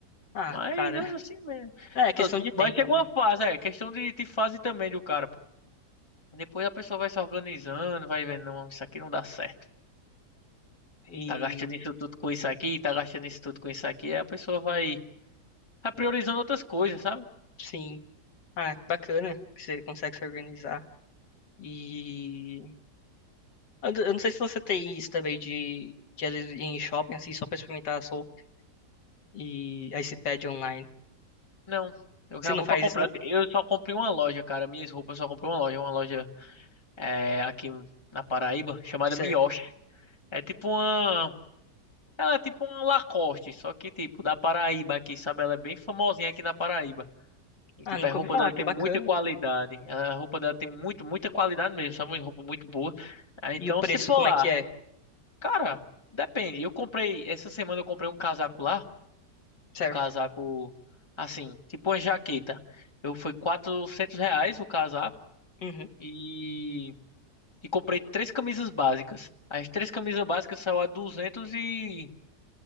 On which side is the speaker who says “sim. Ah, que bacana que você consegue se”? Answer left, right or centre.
Left